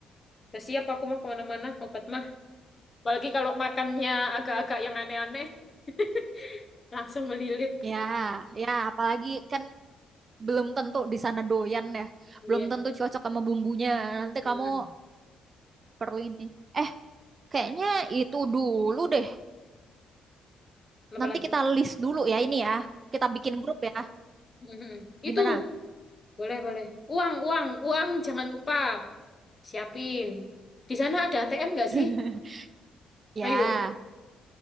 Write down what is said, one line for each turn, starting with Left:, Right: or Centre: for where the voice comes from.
Left: Udah siap aku mah kemana-mana, obat mah. Apalagi kalau makannya agak-agak yang aneh-aneh, <laughs> langsung melilit.
Right: Ya, ya, apalagi kan belum tentu di sana doyan ya.
Left: Iya.
Right: Belum tentu cocok sama bumbunya. Nanti
Left: Hmm.
Right: kamu perlu ini. Eh, kayaknya itu dulu deh.
Left: Apalagi.
Right: Nanti kita list dulu ya ini ya. Kita bikin grup ya.
Left: Mhm. Itu,
Right: Gimana?
Left: boleh-boleh. Uang, uang, uang, jangan lupa. Siapin. Di sana ada ATM nggak
Right: <laughs>
Left: sih?
Right: Ya,
Left: Ayo.